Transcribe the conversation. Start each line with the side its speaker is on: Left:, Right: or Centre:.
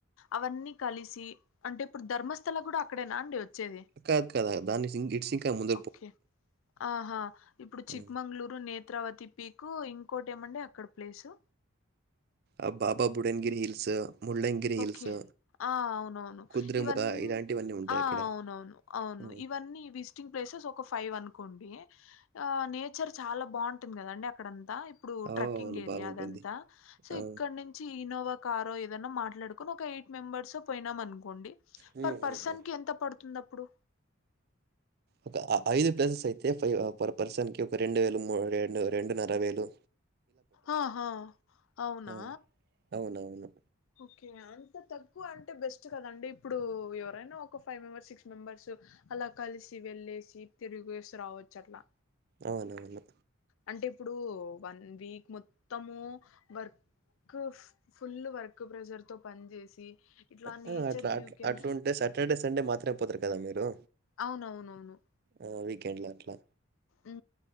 Left: అవన్నీ కలిసి అంటే ఇప్పుడు ధర్మస్థల కూడా అక్కడేనా అండి వచ్చేది
Right: కాద్ కాద్ దాని సింక్ ఇట్ సింక్ ముంద్
Left: ఒకే ఆహా ఇప్పుడు చిక్మంగళూరు
Right: ఆ!
Left: నేత్రవతి పీకు ఇంకోటి ఏమండి అక్కడ ప్లేసు
Right: ఆ Baba Budangiri hills Mullayanagiri hills
Left: okay ఆ అవునవును
Right: కుద్రేముఖ
Left: ఇవన్
Right: ఇలాంటివన్నీ ఉంటాయక్కడ.
Left: ఆ అవునవును అవును
Right: హ్మ్.
Left: ఇవన్నీ విజ్ స్టింగ్ ప్లేసెస్ ఒక ఫైవ్ అనుకోండి ఆ నేచర్ చాలా బాగుంటుంది కదండి అక్కడంతా ఇప్పుడు
Right: అవును.
Left: ట్రకింగ్ ఏరియా
Right: బాగుంటుంది.
Left: అదంతా సో
Right: ఆ!
Left: ఇక్కడ్ నుంచి ఇనోవా కారో ఏదన్నా మాట్లాడుకొని ఒక ఎయిట్ మెంబర్స్ పోయినాం అనుకోండి
Right: హ్మ్.
Left: పర్ పర్సన్
Right: హుహు.
Left: కి ఎంత పడుతుంది అప్పుడు
Right: ఒక ఐ ఐదు ప్లేసెస్ అయితే ఫైవ్ పర్ పర్సన్ కి ఒక రెండు వేలు ము రెండ్ రెండున్నర వేలు
Left: ఆహాహా అవునా
Right: ఆ! అవునవును.
Left: ఓకే అంత తక్కువ అంటే బెస్ట్ కదండి ఇప్పుడు ఎవరైనా ఒక ఫైవ్ మెంబర్స్ సిక్స్ మెంబెర్స్ అలా కలిసి వెళ్ళేసి తిరిగేసి రావచ్చు అట్లా
Right: అవునవును
Left: అంటే ఇప్పుడు వన్ వీక్ మొత్తము work full work pressure తో పని చేసి ఇట్లా
Right: ఆ
Left: నేచర్
Right: ఆట్ అట్లా
Left: వ్యూకి
Right: ఆ
Left: వెళ్
Right: అట్లుంటే సాటర్డే సండే మాత్రమే పోతారు కదా మీరు
Left: అవునవునువును
Right: ఆ వీకెండ్ లా అట్లా
Left: ఉ